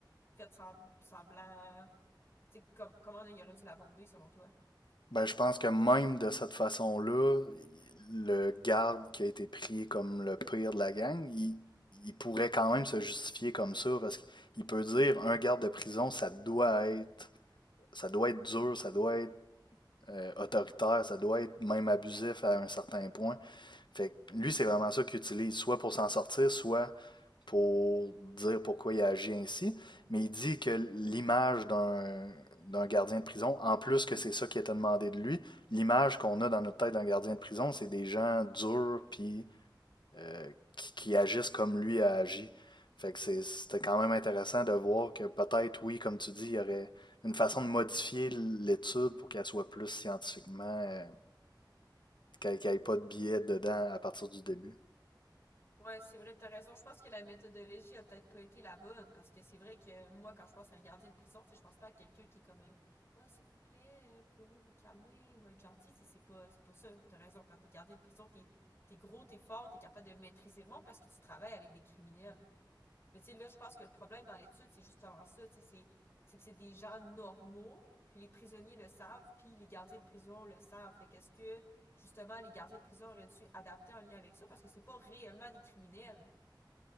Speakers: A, on the left; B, on the left.
A: faites semblant. Tu sais, com- comment on aurait dû l'aborder selon toi?
B: Ben, je pense que même de cette façon-là, le garde qui a été pris comme le pire de la gang, il, il pourrait quand même se justifier comme ça, parce qu'il peut dire un garde de prison, ça doit être, ça doit être dur, ça doit être euh, autoritaire, ça doit être même abusif à un certain point. Fait que lui, c'est vraiment ça qu'il utilise, soit pour s'en sortir, soit pour dire pourquoi il a agi ainsi. Mais il dit que l'image d'un d'un gardien de prison, en plus que c'est ça qui était demandé de lui, l'image qu'on a dans notre tête d'un gardien de prison, c'est des gens durs puis euh, qui, qui agissent comme lui a agi. Fait que c'est- c'était quand même intéressant de voir que peut-être, oui, comme tu dis, il y aurait une façon de modifier l'étude pour qu'elle soit plus scientifiquement, euh, qu'elle n'ait pas de biais dedans à partir du début.
A: Ouais, c'est vrai, t'as raison. Je pense que la méthodologie a peut-être pas été la bonne, parce que c'est vrai que moi, quand je pense à un gardien de prison, tu sais, je pense pas à quelqu'un qui est comme, euh, Ah, s'il vous plaît, euh, pouvez-vous vous calmer ou être gentil. Tu sais, C'est pas, c'est pas ça. T'as raison. Quand t'es gardien de prison, t'es, t'es gros, t'es fort, t'es capable de maîtriser le monde parce que tu travailles avec des criminels. Mais tu sais, là, je pense que le problème dans l'étude, c'est justement ça, tu sais, c'est c'est que c'est des gens normaux, puis les prisonniers le savent, puis les gardiens de prison le savent. Fait qu'est-ce que, justement, les gardiens de prison auraient dû adapter en lien avec ça, parce que c'est pas réellement des criminels.